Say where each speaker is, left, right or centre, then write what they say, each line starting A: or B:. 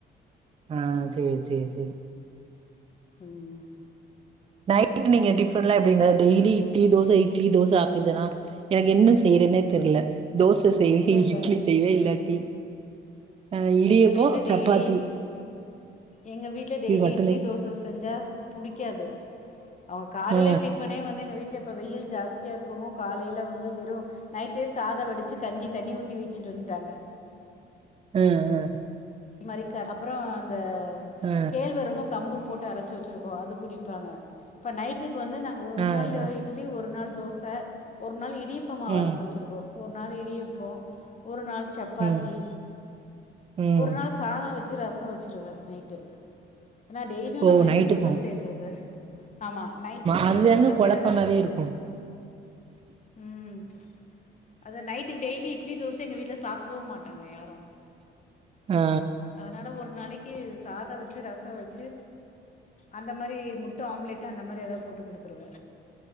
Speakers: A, on the right; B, on the left.
A: ஆஹ் சேரி சேரி சேரி
B: உம்
A: நைட் நீங்க டிஃபன்லா எப்டிங்க டெய்லி இட்லி தோச இட்லி தோச அப்டிதானா எனக்கு என்ன செய்றதுனே தெர்ல தோச செய்வே
B: இல்ல இல்ல
A: இட்லி
B: இல்ல
A: செய்வே இல்லாட்டி ஆ இடியப்போ
B: எங்க வீட்ல
A: சப்பாத்தி
B: டெய்லி எங்க வீட்ல டெய்லி
A: இது மட்டுந்தே
B: இட்லி தோச செஞ்சா புடிக்காது காலைல
A: ஆ
B: டிஃபனே வந்து எங்க வீட்ல இப்ப வெயில் ஜாஸ்தியா இருக்கவு காலைல வந்து வெறு நைட்டே சாதோ வடிச்சு கஞ்சி தண்ணி ஊத்தி வெச்சிருட்டாங்க
A: ஹம் ஹம்
B: அ மாரி அப்புறோ அந்த
A: ஆ
B: கேழ்வரகும் கம்பும் போட்டு அரச்சு வெச்சிருக்கோ அது குடிப்பாங்க இப்ப நைட்டு க்கு வந்து நாங்க ஒரு
A: ஆ ஆ ஆ
B: நாள் இட்லி ஒரு நாள் தோச ஒரு நாள் இ டிப்பமாவு
A: ம்
B: அரச்சு வெச்சிருக்கோ ஒரு நாள் இடியப்போ ஒரு நாள் சப்பாத்தி
A: ம் ம்
B: ஒரு நாள் சாதோ வெ ச்சு ரசோ வெச்சிருவ நைட்டு ஏனா டெய்லியு
A: ஓ
B: நம்ம என்ன
A: நைட்டுக்கு
B: டிபன் தேடுறது ஆமா நைட்டுக்கு
A: அதுதாங்க
B: வந்து மதியானோ
A: கொழப்பமாவே
B: எதாவது குடுத்து
A: இருக்கு
B: உம் அத நைட்டுக்கு டெய்லி இட்லி தோச எங்க வீட்ல சாப்பிடவு மாட்டாங்க யாரு
A: ஆ
B: அதனால ஒரு நாளை க்கு சாதோ வெச்சு ரசொ வெச்சு அந்த மாரி மொட்டு ஆம்லெட்டு் அந்த மாரி எதாவது போட்டு குடுத்துருவ